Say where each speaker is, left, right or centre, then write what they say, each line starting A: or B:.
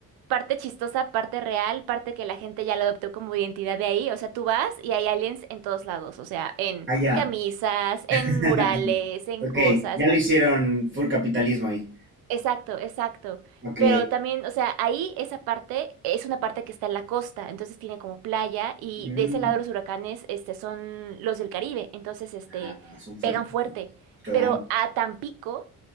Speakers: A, on the right; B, on the right.
A: parte chistosa, parte real, parte que la gente ya lo adoptó como identidad de ahí. O sea, tú vas y hay aliens en todos lados, o sea, en
B: Ah, ya.
A: camisas, en
B: <laughs>
A: murales, en
B: Ok,
A: cosas.
B: ya lo hicieron full capitalismo ahí.
A: Exacto, exacto.
B: Ok.
A: Pero también, o sea, ahí esa parte es una parte que está en la costa, entonces tiene como playa y
B: Mm,
A: de ese lado los huracanes, este, son los del Caribe, entonces, este,
B: ah, son fuertes.
A: pegan fuerte.
B: Claro.
A: Pero a Tampico